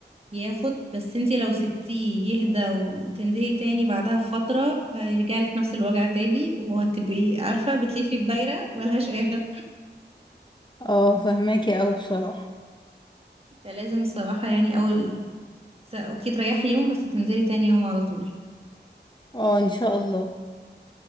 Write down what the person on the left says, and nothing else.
اه فهماكي أوي بصراحة
اه إن شاء الله